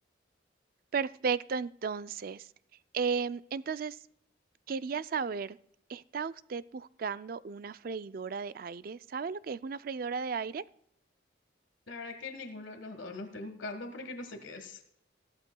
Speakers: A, on the right; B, on the left.
A: Perfecto, entonces. Em, entonces, quería saber, ¿está usted buscando una freidora de aire? ¿Sabe lo que es una freidora de aire?
B: La verdad que ninguno de los dos no estoy buscando porque no sé qué es.